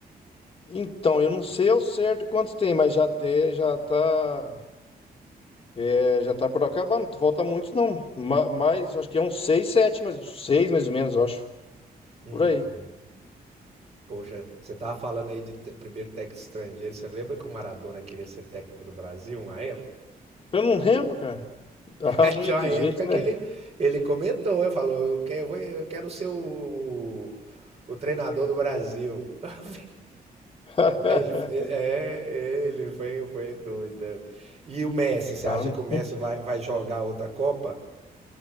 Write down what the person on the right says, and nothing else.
Uhum.
Poxa, você tava falando aí de te- primeiro técnico estrangeiro. Você lembra que o Maradona queria ser técnico do Brasil uma época?
<laughs>
Tinha
uma
época
que ele, ele comentou, ele falou, eu quero, eu vou- eu quero ser o, o treinador do Brasil. <laughs>
Aí ele, ele- é, ele foi, foi doido. E o Messi, você
acha que o Messi vai, vai jogar outra Copa?